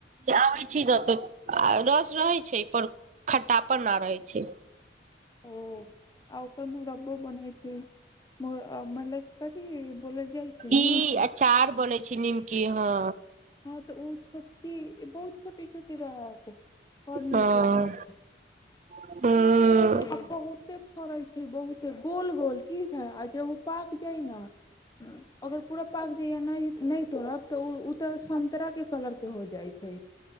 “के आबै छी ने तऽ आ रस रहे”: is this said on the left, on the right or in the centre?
Right